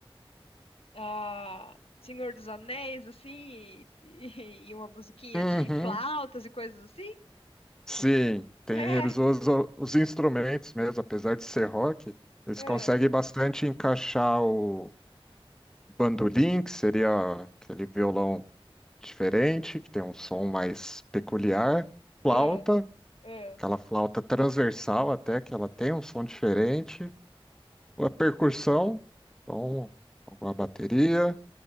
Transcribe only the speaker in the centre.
Uhum.
Sim. Tem,
eles usam os instrumentos mesmo, apesar de ser rock, eles
conseguem bastante encaixar o bandolim, que seria aquele violão diferente, que tem um som mais peculiar, flauta,
aquela flauta transversal até, que ela tem um som diferente a percussão, então, a bateria,